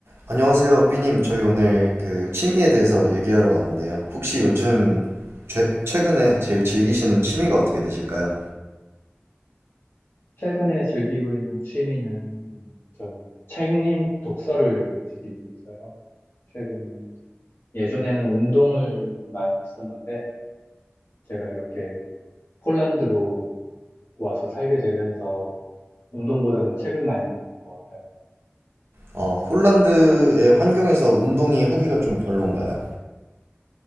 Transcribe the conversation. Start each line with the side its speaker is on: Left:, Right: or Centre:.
Right: 안녕하세요, 삐님. 저희 오늘 그 취미에 대해서 얘기하러 왔는데요. 혹시 요즘 죄- 최근에 제일 즐기시는 취미가 어떻게 되실까요?
Left: 최근에 즐기고 있는 취미는 음, 저는 책 읽 독서를 즐기고 있어요. 최근 예전에는 운동을 많이 했었는데 제가 이렇게 폴란드로 와서 살게 되면서 운동보다는 책을 많이 읽는 것 같아요.
Right: 어, 홀란드의 환경에서 운동이 하기가 좀 별론가요?